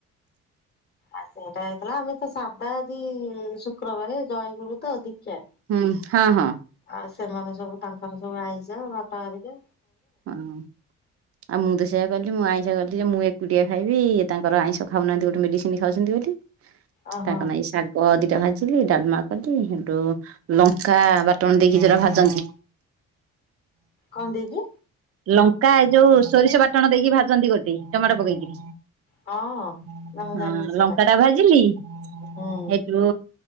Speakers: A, on the left; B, on the right.
A: ଆ ସେଇଟା ହେଇଥିଲା ଆମେ ତ ସାଧା ଆଜିଇ ଶୁକ୍ରବାରେ ଜୟଗୁରୁ ତ ଦୀକ୍ଷା।
B: ହୁଁ ହଁ ହଁ।
A: ଆଉ ସେମାନେ ସବୁ ତାଙ୍କର ସବୁ ଆଇଁଷ ବାପାଘରିକା
B: ହଁ ଆ ମୁଁ ତ ସେଇଆ କଲି ମୁଁ ଆଇଁଷ କଲି ଯେ ମୁଁ ଏକୁଟିଆ ଖାଇବି ଇଏ ତାଙ୍କର ଆଇଁଷ ଖାଉନାହାନ୍ତି ଗୋଟେ ମେଡିସିନ ଖାଉଛନ୍ତି ବୋଲି।
A: ଓହୋ
B: ତାଙ୍କ ନାହିଁ ଶାଗ ଦି କୀଟ ଭାଜିଲି ଡାଲମା କଲି ହେନ୍ତୁ ଲଙ୍କାଆ ବାଟଣ ଦେଇକି ଯୋଉରା ଭାଜନ୍ତି
A: କଅଁ ଦେଇକି?
B: ଲଙ୍କା ଏ ଯୋଉ ସୋରିଷ ବାଟଣ ଦେଇକି ଭାଜନ୍ତି ଗୋଟେ ଟମାଟୋ ପକେଇକିରି
A: ହଁ ନା ମୁଁ
B: ହଁ
A: ଜାଣିନି ସେଟା
B: ଲଙ୍କା ଟା ଭାଜିଲି ଏଇତୁ
A: ହୁଁ।